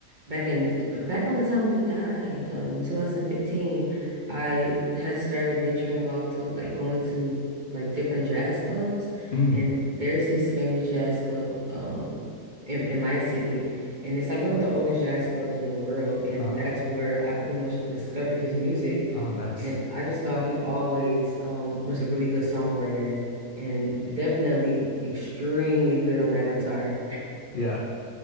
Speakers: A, on the right; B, on the left.
A: back in back around the time when he died, um in 2015. I had started venturing off to like going to like different jazz clubs
B: Mm.
A: and there's this famous jazz club um in, in my city and it's like one of the oldest jazz clubs in the world and
B: Oh,
A: that's where I pretty much discovered his music
B: oh, nice.
A: and I just thought he always um was a really good songwriter and definitely extremely good on that guitar. <laughs>
B: Yeah.